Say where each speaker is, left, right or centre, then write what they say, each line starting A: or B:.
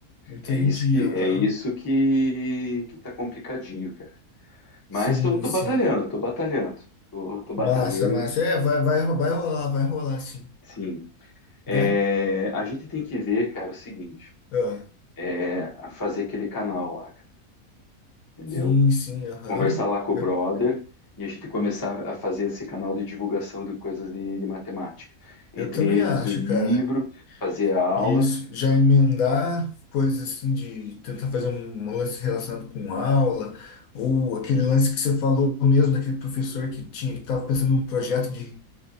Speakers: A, on the left (about 70°); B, on the left (about 25°).
A: Entendi,
B: É isso que
A: aham.
B: é isso que que tá complicadinho, cara. Mas
A: Sim,
B: tô, tô
A: sim.
B: batalhando, tô batalhando, tô, tô batalhando.
A: Massa, massa. É, vai, vai, ro- vai rolar, vai rolar, sim.
B: Sim, É,
A: Né?
B: a gente tem que ver, cara, o seguinte,
A: Ah,
B: é a fazer aquele canal lá, cara, entendeu?
A: sim, sim, aham.
B: conversar lá com o
A: Eu,
B: brother e a gente começar a fazer esse canal de divulgação de coisas de, de matemática. Entre
A: eu também
B: eles
A: acho,
B: o livro,
A: cara.
B: fazer a aula.
A: Isso, já emendar coisas assim de tentar fazer um um lance relacionado com aula, ou aquele lance que você falou mesmo daquele professor que tinha, que estava pensando num projeto de